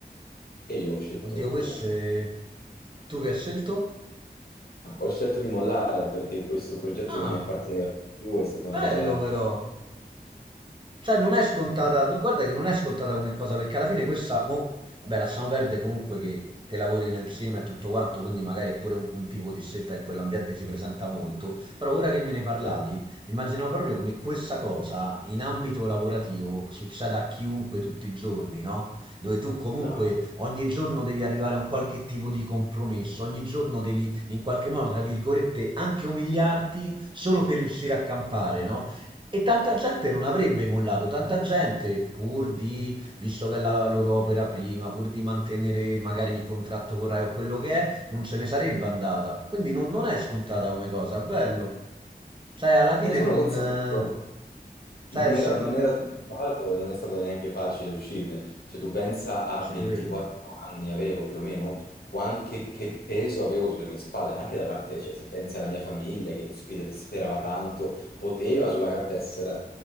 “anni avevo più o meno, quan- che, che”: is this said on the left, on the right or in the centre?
Left